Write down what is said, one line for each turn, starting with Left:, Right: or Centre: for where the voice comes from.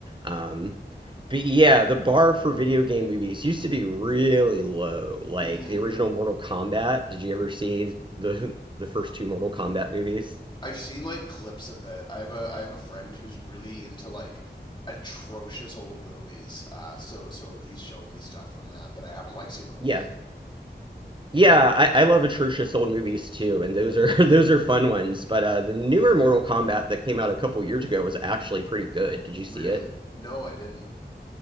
Right: Um but yeah, the bar for video game movies used to be really low. Like
Left: hmm
Right: the original Mortal Kombat. Did you ever see the <laughs> the first two Mortal Kombat movies?
Left: I've seen like clips of it. I have a I have a friend who's really into like atrocious old movies. Uh, so so he's shown me stuff from that, but I haven't like seen the whole
Right: Yeah.
Left: thing.
Right: Yeah, I, I love atrocious old movies too, and those are <laughs> those are fun ones. But uh, the newer Mortal Kombat that came out a couple years ago was actually pretty good. Did you see
Left: Really?
Right: it?
Left: No, I didn't.